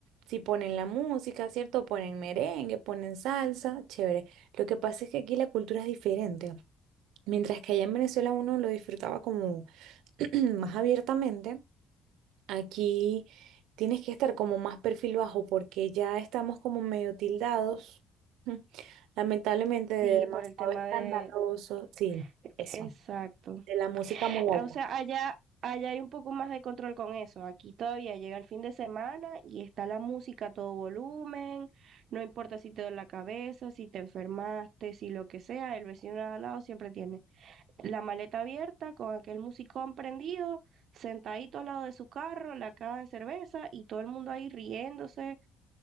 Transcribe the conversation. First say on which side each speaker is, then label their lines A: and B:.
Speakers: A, on the right; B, on the right.
A: si ponen la música, ¿cierto? Ponen merengue, ponen salsa, chévere. Lo que pasa es que aquí la cultura es diferente. Mientras que allá en Venezuela uno lo disfrutaba como <clears throat> más abiertamente. Aquí tienes que estar como más perfil bajo porque ya estamos como medio tildados, <laughs> lamentablemente de
B: sí,
A: demasiado
B: por el tema
A: escandaloso,
B: de...
A: sí,
B: e,
A: eso,
B: Exacto.
A: de la música muy
B: Ah,
A: alta.
B: O sea, allá, allá hay un poco más de control con eso. Aquí todavía llega el fin de semana y está la música a todo volumen, no importa si te duele la cabeza, si te enfermaste, si lo que sea, el vecino de al lado siempre tiene la maleta abierta, con aquel musicón prendido, sentadito al lado de su carro, la caja de cerveza y todo el mundo ahí riéndose,